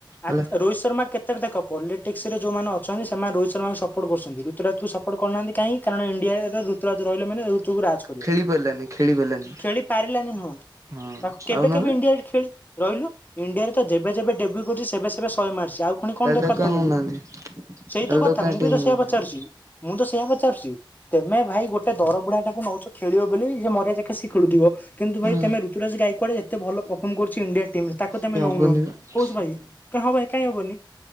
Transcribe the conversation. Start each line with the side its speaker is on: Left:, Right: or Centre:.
Left: ଆ
Right: ହେଲା।
Left: ରୋହିତ ଶର୍ମା କେତେ ତାପରେ ଦେଖ ପଲିଟିକସରେ ଯେଉଁମାନେ ଅଛନ୍ତି ସେମାନେ ରୋହିତ ଶର୍ମାଙ୍କୁ ସପୋର୍ଟ କରୁଛନ୍ତି। ଋୁତୁରାଜକୁ ସପୋର୍ଟ କରୁନାହାନ୍ତି କାଇଁ କାରଣ ଇଣ୍ଡିଆବ <unintelligible> ଋୁତୁରାଜ୍ ରହିଲେ ମାନେ ଋତୁକୁ ରାଜ୍ କରିବ।
Right: ଖେଳି ପାରିଲାନି ଖେଳି ପାରିଲାନି
Left: ଖେଳି ପାରିଲାନି ନୁହଁ।
Right: ହଁ
Left: ତାକୁ କେବେ
Right: ଆଉ ନହେଲେ
Left: କେବେ ଇଣ୍ଡିଆରେ ଖେଳି ରହିଲୁ ଇଣ୍ଡିଆରେ ତ ଯେବେ ଯେବେ ଡେବ୍ୟୁ କରୁଛି ସେବେ ସେବେ ଶହେ ମାରିଚି ଆଉ ପୁଣି କଣ
Right: ତାହେଲେ
Left: ଦରକାର
Right: ତାକୁ କାଇଁ
Left: ତମର
Right: ନଉନାହାନ୍ତି
Left: ସେଇତ
Right: ତାହେଲେ
Left: କଥା
Right: ତାକୁ କାଇଁ
Left: ମୁଁ
Right: ଟିମ୍
Left: ବି ତ ସେଇଆ
Right: ନଉନାହାନ୍ତି
Left: ପଚାରୁଛି ମୁଁ ତ ସେଇବା ପଚାରୁଚି? ତମେ ଭାଇ ଗୋଟେ ଦର ବୁଢା ଟାକୁ ନଉଛ ଖେଳିବ ବୋଲି ମରିିବା ଯାକେ ସିଏ ଖେଳୁଥିବ। କିନ୍ତୁ ଭାଇ
Right: ହଁ।
Left: ତମେ ଋତୁରାଜ ଗାୟକ ଆଡେ ଯେତେ ଭଲ ପର୍ଫର୍ମ କରୁଛି ଇଣ୍ଡିଆ ମ ରେ ତାକୁ
Right: ସିଏ
Left: ତମେ
Right: ହବନି
Left: ନଉନ,
Right: ବା
Left: କହୁଛୁ
Right: ସିଏ
Left: ଭାଇ କ ହବାଇ କାଇହିଁ ହବନି